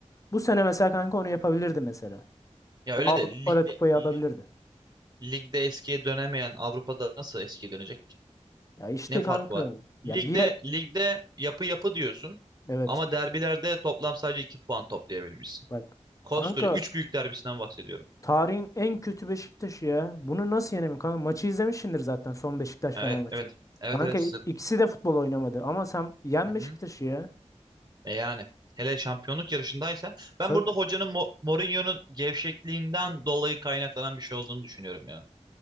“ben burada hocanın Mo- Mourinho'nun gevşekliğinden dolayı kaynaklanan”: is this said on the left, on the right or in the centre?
Right